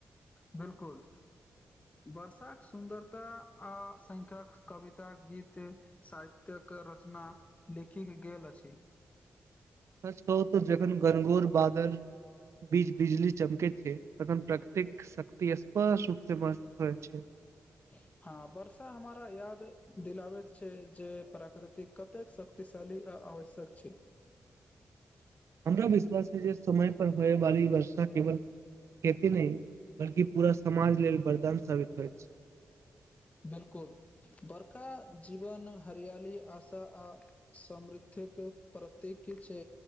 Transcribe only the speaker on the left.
बिलकुल। वर्षाक सुन्दरता आ सख्यक कविता गीत। साहित्य्यक रचना लिखि गेल अछि।
<inaudible> हँ वर्षा हमारा याद दिलबैत छै जे प्राकृतिक कतेक शक। श्तिशाली आ आवश्यक छै।
बिलकुल, बड़का जीवन हरियली आशा आ। समृद्ध के प्रतीक छै